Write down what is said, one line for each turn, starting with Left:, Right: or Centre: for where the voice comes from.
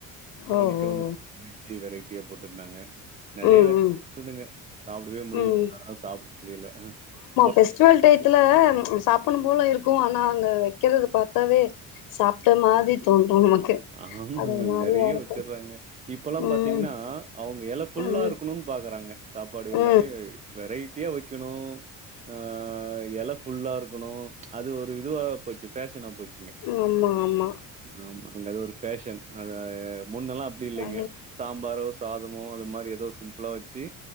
Right: சனிக்கிழம
Left: ஓ ஓ
Right: <inaudible> வெஜ்ஜு வெரைட்டியா போட்டு இருந்தாங்க நெறைய
Left: ம்
Right: வெரைட்டி
Left: ம்
Right: இருந்துங்க சாப்பிடவே முடியல
Left: ம் ம்
Right: என்னால சாப்டவே முடியல கொ
Left: பெஸ்டிவல் டையத்தில ம் சாப்புனும் போல இருக்கு ஆனா அங்க வைக்கிறத பாத்தாவே சாப்ட்ட
Right: ஆமா.
Left: மாதிரி தோணு நமக்கு
Right: ஆமாங்க
Left: அது ஒரு மாரியா
Right: நெறைய
Left: இருக்கு
Right: வச்சிர்றாங்க இப்பலா
Left: ம்
Right: பாத்தீங்னா அவ்ங்க எல ஃபுல்லா
Left: ம்
Right: இருக்கணுன் பாக்குறாங்க சாப்பாடு
Left: ம்
Right: எல்லாமே வெரைட்டியா வைக்கணு ஆ எல ஃபுல்லா இருக்கணு அது ஒரு இதுவா போச்சு ஃபேஷனா போச்சுங்க
Left: ம் ஆமா ஆமா
Right: ஆமா அங்க ஒரு ஃபேஷன் அத முன்னலா அப்டி இல்லைங்க
Left: வயிறு
Right: சாம்பாரோஸ் சாதமு அது மாரி எதோ சிம்புளா வச்சு